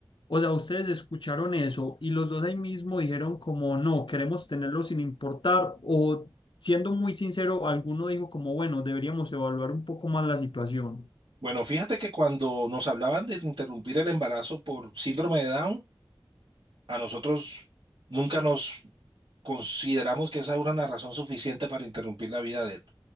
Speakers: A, on the left (about 70°); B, on the right (about 75°).
A: o sea, ustedes escucharon eso y los dos ahí mismo dijeron como no, queremos tenerlo sin importar o siendo muy sincero, alguno dijo como bueno, deberíamos evaluar un poco más la situación.
B: Bueno, fíjate que cuando nos hablaban de interrumpir el embarazo por síndrome de Down, a nosotros nunca nos consideramos que esa era una razón suficiente para interrumpir la vida de él.